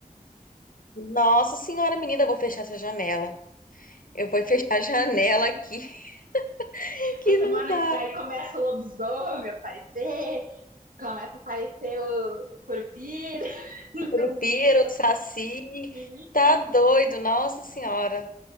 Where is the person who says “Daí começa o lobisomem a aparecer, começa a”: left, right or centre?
Right